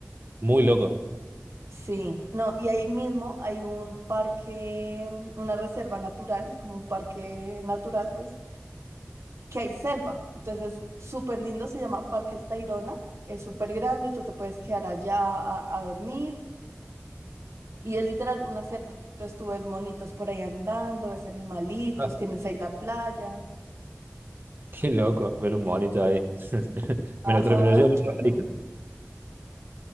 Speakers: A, on the right; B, on the right.
A: muy loco.
B: Sí, no, y ahí mismo hay un parque, mm, una reserva natural, es como un parque natural, pues, que hay selva. Entonces, súper lindo, se llama Parque El Tayrona, es súper grande, tú te puedes quedar allá a, a dormir y es literal una selva. Entonces, tú ves monitos por ahí andando, ves animalitos,
A: Ah,
B: tienes ahí la playa.
A: qué loco ver un monito ahí. <laughs>
B: Ajá,
A: Me lo, tra- me lo llevo
B: te
A: en
B: lo juro.
A: el